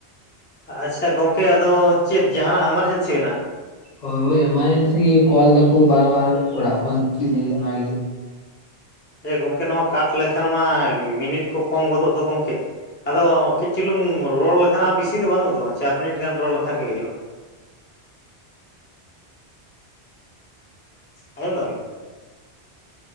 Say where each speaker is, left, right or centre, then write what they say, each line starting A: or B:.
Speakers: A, on the left; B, on the left.
A: ᱟᱪᱪᱷᱟ ᱜᱚᱢᱠᱮ ᱟᱫᱚ ᱪᱮᱫ ᱡᱟᱦᱟᱱᱟᱜ ᱮᱢᱟᱨᱡᱮᱱᱥᱤ ᱢᱮᱱᱟᱜ-ᱟ?
B: ᱦᱳᱭ ᱦᱳᱭ ᱮᱢᱟᱨᱡᱮᱱᱥᱤ ᱜᱮ ᱠᱚᱞ ᱮᱫᱟᱠᱚ ᱵᱟᱨ ᱵᱟᱨ ᱚᱲᱟᱜ ᱠᱷᱚᱱ ᱪᱮᱫ ᱞᱟᱹᱜᱤᱫ ᱚᱱᱟ ᱜᱮ
A: ᱦᱮᱸ ᱜᱚᱢᱠᱮ ᱱᱚᱶᱟ ᱠᱟᱴ ᱞᱮᱠᱷᱟᱱ ᱢᱟ ᱢᱤᱱᱤᱴ ᱠᱚ ᱠᱚᱢ ᱜᱚᱫᱚᱜ ᱫᱚ ᱜᱚᱢᱠᱮ ᱟᱫᱚ ᱠᱟᱹᱡ ᱪᱩᱞᱩᱝ ᱨᱚᱲ ᱞᱮᱠᱷᱟᱱ ᱟᱨ ᱵᱤᱥᱤ ᱫᱚ ᱵᱟᱹᱱᱩᱜ ᱫᱚ ᱪᱟᱨ ᱢᱤᱱᱤᱴ ᱜᱟᱱ ᱨᱚᱲ ᱞᱮᱠᱷᱟᱱ ᱜᱮ ᱦᱩᱭᱩᱜ-ᱟ ᱟᱸᱡᱚᱢ ᱮᱫᱟ ᱵᱤᱱ